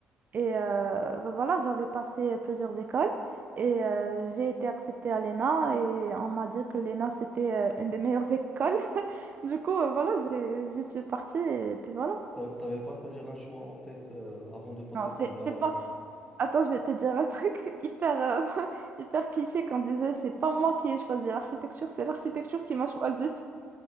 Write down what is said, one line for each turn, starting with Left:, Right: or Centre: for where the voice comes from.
Right: Et euh, ben voilà, j'avais passé plusieurs écoles et euh, j'ai été acceptée à l'ENA et on m'a dit que l'ENA c'était euh, une des meilleures écoles. <laughs> Du coup, euh, voilà, j'ai- j'y suis partie et puis voilà.
Centre: T'a- T'avais pas, c'est-à-dire un choix en tête euh, avant de passer
Right: Non,
Centre: ton
Right: c'est
Centre: bac
Right: c'est pas.
Centre: quand...
Right: Attends, je vais te dire un truc <laughs> hyper, euh, <laughs> hyper cliché qu'on disait, c'est pas moi qui ai choisi l'architecture, c'est l'architecture qui m'a choisi.